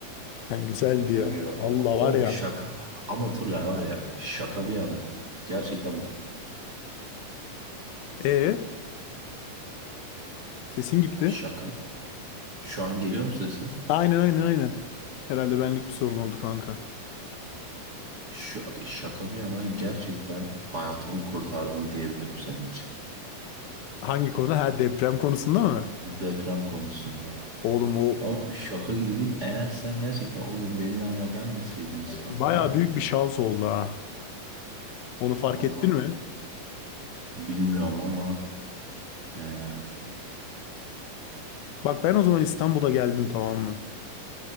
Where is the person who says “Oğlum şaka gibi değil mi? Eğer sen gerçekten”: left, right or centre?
Right